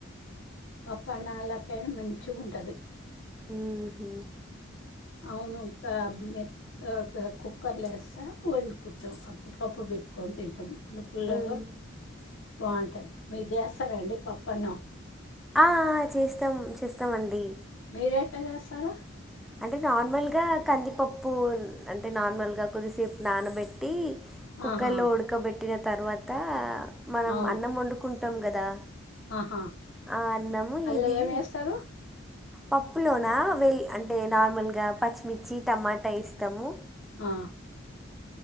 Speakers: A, on the left (about 70°); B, in the centre.
A: పప్ప అ నాళ పెనా మంచిగాఉంటది.
B: ఊహు
A: అవును క మెత్త కుక్కర్ లస్స వండుకుంటాం. అపుడపుడుకి పెట్టుకుని తింటాం. పుల్లపుల్లగా
B: మ్.
A: బాగుంటది మీరు చేస్తారండి పప్పన్నం
B: అ అ చేస్తాం చేస్తామండి
A: మీరేట్ట చేస్తారు
B: అంటే నార్మల్గా కందిపప్పు అంటే నార్మల్గా కొద్దిసేపు నానబెట్టి కుక్కర్
A: ఆహా!
B: లో డుకబె పెట్టిన తర్వాత మనం
A: ఆ!
B: అన్నం వండుకుంటాం కదా
A: ఆహా!
B: ఆ అన్నము
A: అల్ల
B: ఇది
A: ఏమేస్తారు?
B: పప్పులోన వెళ్ అంటే నార్మల్గా పచ్చిమిర్చి టమాటా ఎస్తాము
A: ఆ